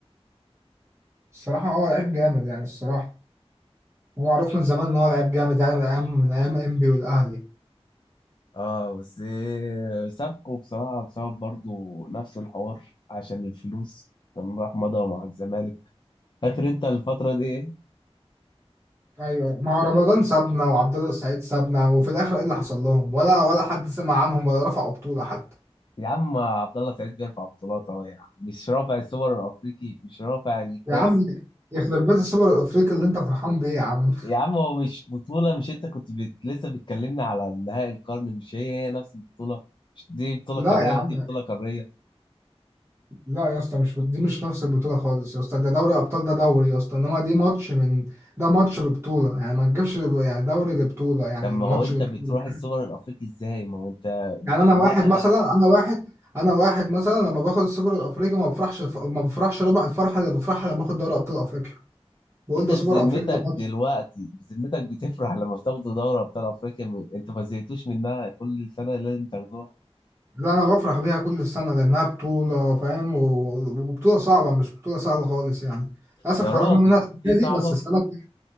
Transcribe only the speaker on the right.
الصراحة هو لعيب جامد يعني الصراحة هو معروف من زمان إن هو لعيب جامد يعني من أيام من أيام إنبي والأهلي
أيوه مع رمضان سابنا وعبد الله السعيد سابنا وفي الآخر إيه اللي حصل لهم ولا ولا حد سمع عنهم ولا رفعوا بطولة حتى
يا عم يخرب بيت السوبر الأفريقي اللي أنت فرحان بيه يا عم
لا
يا عم
لا يا اسطى مش دي مش نفس البطولة خالص يا اسطى ده دوري أبطال ده دوري يا اسطى إنما دي ماتش من ده ماتش ببطولة يعني ما تجيبش يعني دوري لبطولة يعني
الماتش
لبطولة
يعني أنا
واحد مثلا
أنا واحد أنا واحد مثلا لما باخد السوبر الأفريقي ما بفرحش الف... ما بفرحش ربع الفرحة اللي بفرحها لما باخد دوري أبطال أفريقيا بقول
ده
سوبر أفريقيا ده ماتش
لا أنا بفرح بيها كل سنة لأنها بطولة فاهم و... وبطولة صعبة مش بطولة سهلة خالص يعني للأسف
خرجنا
منها السنة
دي
بس السنة الجاية-